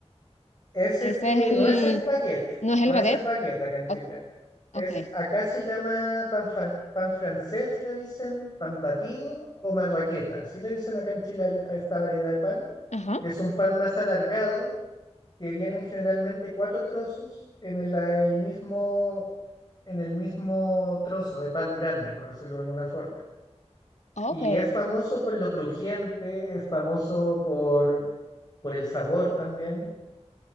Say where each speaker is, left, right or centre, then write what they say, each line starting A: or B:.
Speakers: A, on the left (about 40°); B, on the left (about 80°).
A: Es
B: Ese
A: este,
B: es el...
A: no es el baguette,
B: ¿No es
A: no
B: el
A: es
B: baguette?
A: el baguette acá en Chile.
B: O-
A: Es,
B: ok.
A: acá se llama pan, fran- pan francés, le dicen, pan batido o marraqueta. Así le dicen acá en Chile al- a esta variedad de pan.
B: Ajá.
A: que es un pan más alargado, que vienen generalmente cuatro trozos en el, la- el mismo, en el mismo trozo de pan grande, por decirlo de alguna forma.
B: Ok.
A: Y es famoso por lo crujiente, es famoso por, por el sabor también.